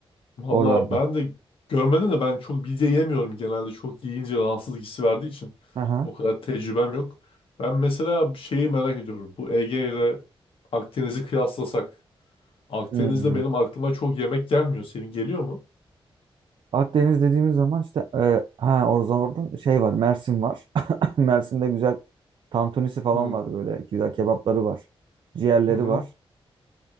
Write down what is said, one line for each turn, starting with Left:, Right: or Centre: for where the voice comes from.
Left: Valla
Right: oralarda?
Left: ben de görmedim de ben çok midye yemiyorum genelde. Çok yiyince rahatsızlık hissi verdiği için.
Right: Aha.
Left: O kadar tecrübem yok. Ben mesela bir şeyi merak ediyorum. Bu Ege ile Akdeniz'i kıyaslasak. Akdeniz'de
Right: Hmm.
Left: benim aklıma çok yemek gelmiyor. Senin geliyor mu?
Right: Akdeniz dediğimiz zaman işte e, ha oradan oradan şey var Mersin var. <laughs> Mersin'de güzel tantunisi falan
Left: Hı
Right: var böyle güzel kebapları var. Ciğerleri
Left: hı. hı.
Right: var.